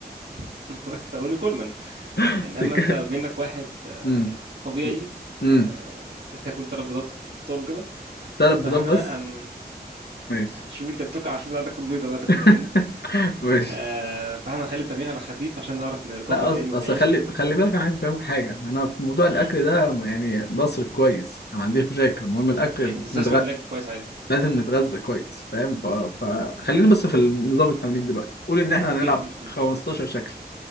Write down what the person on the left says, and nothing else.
<laughs>
بتتكلم
امم
امم
ثلاث
بيضات بس
ماشي
<laughs>
ماشي
لا
أص-
اصل خلي
خلي بالك انا عايز افهمك حاجه انا في موضوع الاكل
ده يعني بصرف كويس انا ما عنديش مشاكل المهم الاكل
نتغ...
لازم نتغذى كويس فاهم ف... فخلينا بس في نظام التمرين دلوقتي قول ان احنا هنلعب
15 شكل